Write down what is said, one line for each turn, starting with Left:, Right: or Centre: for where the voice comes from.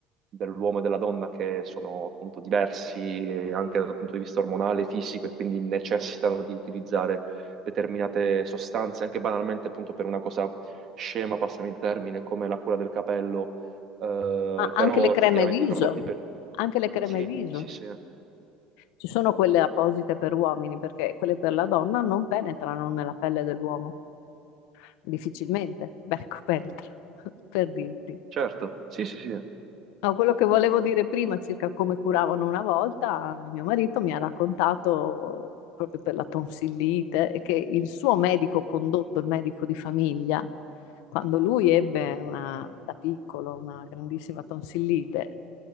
Right: dell'uomo e della donna che sono appunto diversi eh, anche dal punto di vista ormonale, fisico, e quindi necessitano di utilizzare determinate sostanze, anche banalmente appunto per una cosa scema, passami il termine, come la cura del capello, eh,
Left: Ah, anche
Right: però
Left: le creme
Right: effettivamente
Left: viso,
Right: i prodotti per...
Left: anche le creme
Right: Sì,
Left: viso.
Right: sì, sì,
Left: Ci sono quelle apposite per uomini perché quelle per la donna non penetrano nella pelle dell'uomo, difficilmente. Beh, ecco, penetra, <laughs> per dirti.
Right: certo, sì, sì, sì. <laughs>
Left: No, quello che volevo dire prima circa come curavano una volta, mio marito mi ha raccontato proprio per la tonsillite e che il suo medico condotto, il medico di famiglia, quando lui ebbe una- da piccolo una grandissima tonsillite,